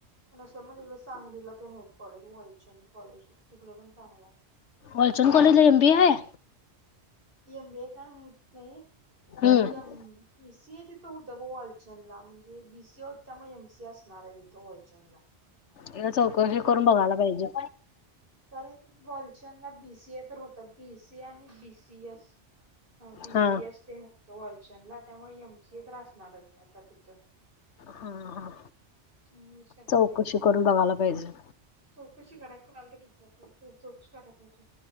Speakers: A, on the right; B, on the left.
A: पण अस मग तिकडे सांगलीला तेन आहीत कॉलेज, वॉलचंद कॉलेज, तिकडे पण चांगलाय
B: वालचंद कॉलेज ला एम बी ए आहे?
A: एम बि ए काय माहित नाही,
B: hmm
A: M B C A तिथं होतं बघ वालचंद ला, म्हणजे बी सी ए होत, त्यामुळे एम सी ए असणार आहे तिथं वालचंदला.
B: एकदा चौकशी करून बघायला पाहिजे.
A: पण वॉलचंदला बीज्ञसी ए तर होत, बी सी ए आणि बी सी एस. ह बी
B: हा
A: सी एस तेन हुतं वॉलचंदला, त्यामुळे एम सी ए तर आसणार आता तिथं
B: हम्म,
A: त्यामुळेच की आता
B: चौकशी
A: बघूया काय काय
B: करून
A: होतंय
B: बघायला पाहिजे.
A: चौकशी करा की, कुणाला तर विचारुन चौकशी कराय पाहिजे,